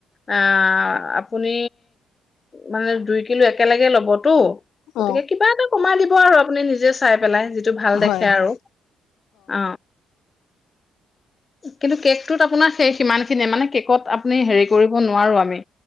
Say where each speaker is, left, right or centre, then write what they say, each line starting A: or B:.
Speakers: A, on the left; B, on the left.
A: আহ আপুনি মানে দুই কিলো একেলগে ল'বতো গতিকে
B: অ
A: কিবা এটা সোমাই দিব আৰু আপুনি নিজে চাই পেলাই যিটো ভাল দেখে
B: হয় হয়
A: আৰু অ কিন্তু কেকটোত আপোনাৰ শেষ সিমানখিনিয়ে মানে কেক ত আপুনি হেৰি কৰিব নোৱাৰো আমি মি